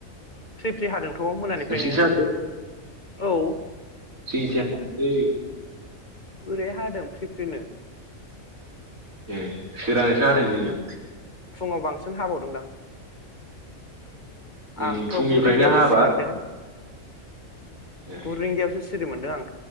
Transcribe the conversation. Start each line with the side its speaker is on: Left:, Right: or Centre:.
Left: फ्रि फ्रि हादों थ' मोनानिफ्रायनो
Right: नोंसिनिथिं हादों
Left: औ
Right: जोंनिथिं हायाखै
Left: ओरै हादों फ्रि फ्रिनो
Right: ए सोरांनासो हादों जोंनिजा
Left: फुंङाव बांसिन हाबावदोंदां।
Right: उम
Left: आंथ'
Right: फुंनिफ्रायनो
Left: गु रिंगायावसो
Right: हाबाय।
Left: सिखारदों
Right: ए
Left: गु रिंगायावसो सिरि मोनदों आं।